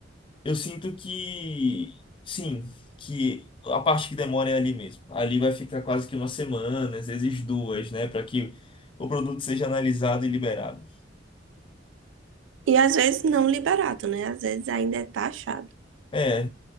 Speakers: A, on the left; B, on the right.
A: Eu sinto que. Sim, que a parte que demora é ali mesmo. Ali vai ficar quase que uma semana, às vezes duas, né, para que o produto seja analisado e liberado.
B: E às vezes não liberado, né? Às vezes ainda é taxado.
A: É,